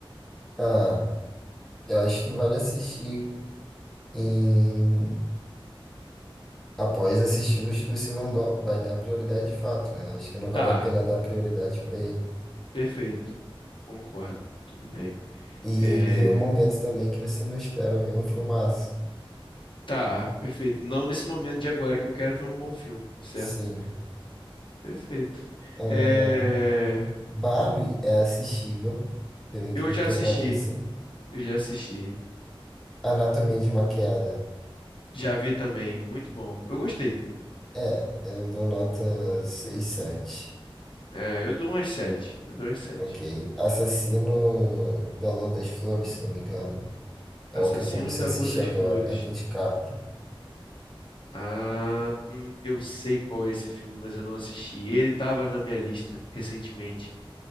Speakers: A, in the centre; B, on the left.
A: Ah, eu acho que vale assistir E após assistir os que você vão dar- vai dar prioridade de fato, né? Acho que não vale
B: Tá,
A: a pena dar prioridade pra ele.
B: Perfeito. Concordo. Tudo bem.
A: E
B: É,
A: em um momento também que você não espera ver um filmaço.
B: Tá, perfeito. Não nesse momento de agora que eu quero ver um bom filme, certo?
A: Sim.
B: Perfeito.
A: Ah,
B: É,
A: Barbie é assistível, pelo incrível
B: Eu já
A: que
B: assisti,
A: pareça.
B: eu já assisti.
A: Anatomia de uma queda.
B: Já vi também, muito bom. Eu gostei.
A: É, eu dou nota seis sete
B: É, eu dou umas sete. Eu dou umas sete.
A: Ok. Assassino da Lua das Flores, se não me engano. É
B: Assassino
A: o que eu comecei
B: da
A: a assistir
B: Rua das
A: agora.
B: Flores.
A: É com o DiCaprio.
B: Ah, hum, eu sei qual é esse filme, mas eu não assisti. Ele estava na minha lista recentemente.